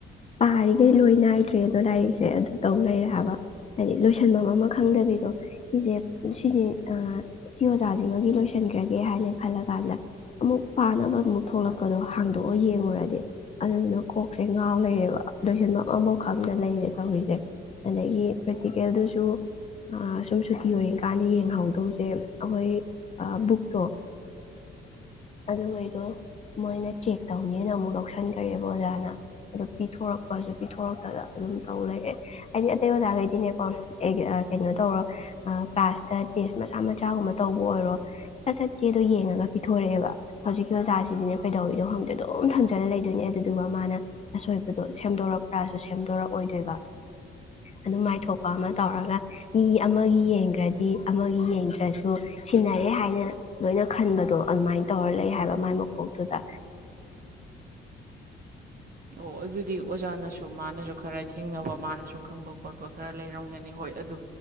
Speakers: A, on the left; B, on the right.
A: ꯌꯥꯔꯤꯈꯩ ꯂꯣꯏ ꯅꯥꯏꯗ꯭ꯔꯦ ꯑꯗꯣ ꯂꯥꯏꯔꯤꯛꯁꯦ ꯑꯗꯨ ꯇꯧ ꯂꯩꯔꯦ ꯍꯥꯏꯕ ꯍꯥꯏꯗꯤ ꯂꯣꯏꯁꯟꯐꯝ ꯑꯃ ꯈꯪꯗꯕꯤꯗꯣ ꯁꯤꯁꯦ ꯁꯤꯁꯦ ꯁꯤ ꯑꯣꯖꯥꯁꯤꯡꯃꯒꯤ ꯂꯣꯏꯁꯤꯟꯈ꯭ꯔꯒꯦ ꯍꯥꯏꯅ ꯈꯜꯂ ꯀꯥꯟꯗ ꯑꯃꯨꯛ ꯄꯥꯅꯕ ꯑꯃꯨꯛ ꯊꯣꯛꯂꯛꯄꯗꯣ ꯍꯥꯡꯗꯣꯛꯑ ꯌꯦꯡꯉꯨꯔꯗꯤ ꯑꯗꯨꯗꯨꯅ ꯀꯣꯛꯁꯦ ꯉꯥꯎ ꯂꯩꯔꯦꯕ ꯂꯣꯏꯁꯤꯟꯕ ꯑꯃꯐꯥꯎ ꯈꯪꯗ ꯂꯩꯔꯦ ꯇꯧꯔꯤꯁꯦ ꯑꯗꯒꯤ ꯄ꯭ꯔꯦꯛꯇꯤꯀꯦꯜꯗꯨꯁꯨ ꯁꯨꯝ ꯁꯨꯇꯤ ꯑꯣꯏꯔꯤꯡꯀꯥꯟꯗ ꯌꯦꯡꯍꯧꯗꯧꯁꯦ ꯑꯩꯈꯣꯏ ꯕꯨꯛꯇꯣ ꯑꯗꯨꯩꯗꯣ ꯃꯣꯏꯅ ꯆꯦꯛ ꯇꯧꯅꯦꯅ ꯑꯃꯨꯛ ꯂꯧꯁꯟꯈ꯭ꯔꯦꯕ ꯑꯣꯖꯥꯅ ꯑꯗꯨꯗꯣ ꯄꯤꯊꯣꯔꯛꯄꯁꯨ ꯄꯤꯊꯣꯔꯛꯇꯗ ꯑꯗꯨꯝ ꯇꯧ ꯂꯩꯔꯦ ꯍꯥꯏꯗꯤ ꯑꯇꯩ ꯑꯣꯖꯥꯈꯩꯗꯤꯅꯦꯀꯣ ꯀꯩꯅꯣ ꯇꯧꯔꯣ ꯀ꯭ꯂꯥꯁꯇ ꯇꯦꯁ ꯃꯆꯥ ꯃꯆꯥꯒꯨꯝꯕ ꯇꯧꯕ ꯑꯣꯏꯔꯣ ꯁꯠ ꯁꯠꯀꯦꯗꯣ ꯌꯦꯡꯉꯒ ꯄꯤꯊꯣꯔꯛꯑꯦꯕ ꯍꯧꯖꯤꯛꯀꯤ ꯆꯆꯥꯁꯤꯗꯤꯅꯦ ꯀꯩꯗꯧꯔꯤꯗꯣ ꯈꯪꯗꯦ ꯑꯗꯨꯝ ꯊꯝꯖꯤꯜꯂꯒ ꯂꯩꯗꯣꯏꯅꯦ ꯑꯗꯨꯗꯨꯒ ꯃꯥꯅ ꯑꯁꯣꯏꯕꯗꯣ ꯁꯦꯝꯗꯣꯔꯛꯄ꯭ꯔꯥꯁꯨ ꯁꯦꯝꯗꯣꯔꯛꯑꯣꯏꯗꯣꯏꯕ ꯑꯗꯨ ꯃꯥꯏꯊꯣꯛꯄ ꯑꯃ ꯇꯧꯔꯒ ꯃꯤ ꯑꯃꯒꯤ ꯌꯦꯡꯈ꯭ꯔꯗꯤ ꯑꯃꯒꯤ ꯌꯦꯡꯗ꯭ꯔꯁꯨ ꯁꯤꯟꯅꯔꯦ ꯍꯥꯏꯅ ꯂꯣꯏꯅ ꯈꯟꯕꯗꯣ ꯑꯗꯨꯃꯥꯏꯅ ꯇꯧꯔ ꯂꯩ ꯍꯥꯏꯕ ꯃꯥꯏ ꯀꯊꯗ
B: ꯑꯣ ꯑꯗꯨꯗꯤ ꯑꯣꯖꯥꯅꯁꯨ ꯃꯥꯅꯁꯨ ꯈꯔ ꯊꯦꯡꯅꯕ ꯃꯥꯅꯁꯨ ꯈꯪꯕ ꯈꯣꯠꯄ ꯈꯔ ꯂꯩꯔꯝꯒꯅꯤ ꯍꯣꯏ ꯑꯗꯨ